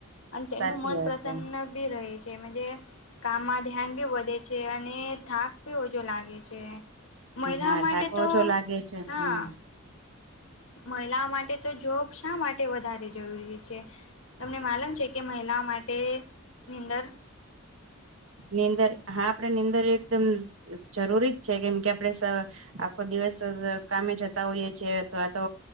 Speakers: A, on the left; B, on the right.
A: અને તેમનું
B: સાચી
A: મન
B: વાત
A: પ્રસન્ન
B: છે
A: બી રહે છેજ કામમાં ધ્યાન બી વધે છે, અને થાક ભી ઓછો લાગે છે, મહિલાઓ
B: હા
A: માટે
B: થાક
A: તો
B: ઓછો લાગે છે
A: હા
B: હમ.
A: મહિલાઓ માટે તો જોબ શા માટે વધારે જરૂરી છે. તમને માલમ છે કે મહિલાઓ માટેની અંદર
B: નીંદર હા આપડે નીંદર એકદમ જરૂરી જ છે કેમ કે આપણે આખો દિવસ કામે જતા હોઈએ જે અથવા તો